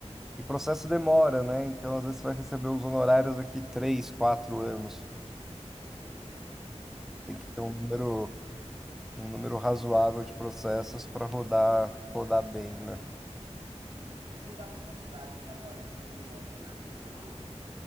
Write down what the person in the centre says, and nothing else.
E processo demora, né? Então, às vezes, você vai receber os honorários daqui três, quatro anos.
Tem
que
ter um número, um número razoável de processos para rodar, rodar bem, né?